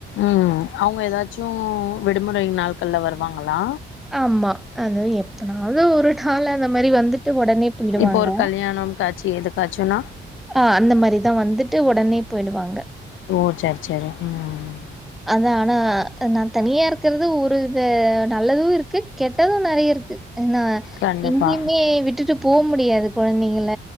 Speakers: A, on the left (about 75°); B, in the centre.
A: ம் அவங்க ஏதாச்சு ஓ விடுமுறை நாள்கள்ல வருவாங்களா
B: ஆமா அது எப்பனாவது ஒரு நாள் அந்த மாரி வந்துட்டு உடனே போயிடுவாங்க.
A: இப்ப ஒரு கல்யாணம் காட்சி எதுக் காட்சுனா
B: ஆ அந்த மாரிதா வந்துட்டு உடனே போயிடுவாங்க
A: ஓ சரி சரி ம்
B: அதா ஆனா நா தனியா இருக்கறது ஒரு இத நல்லது இருக்கு கெட்டது நெறைய இருக்கு ஏன்னா
A: கண்டிப்பா
B: எங்கேயுமே விட்டுட்டு போ முடியாது கொழந்தைங்கள